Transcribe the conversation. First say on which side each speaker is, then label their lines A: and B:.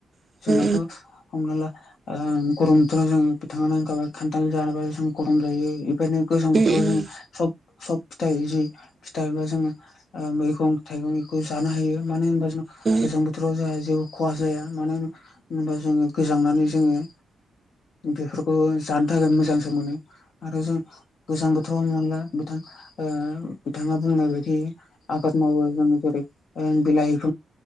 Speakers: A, on the right; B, on the left.
A: उम
B: जोंनाथ' हमना ला ओ गरम बोथोराव जो बिथाङानो खान्थाल जानाबा जों गरम जायो इखायनो गोजां
A: उम
B: बोथोराव
A: उम
B: जोङो सब सब फिथाइजै फिथाइबा जोङो। ओ मैगं थाइगं इखौ जानो हायो मानो होनबा जों
A: औ
B: गोजां बोथोराव जोंहा जेबो खहा जाया मानो होन होनबा जोङो गोजांनानै जोङो। बेफोरखौ जानो थाखाय मोजांसो मोनो आरो जों गोजां बोथोराव मोनला बिथां ओ बिथाङा बुंनाय बायदि आबाद मावो जों जेरै ओ बिलाय <unintelligible>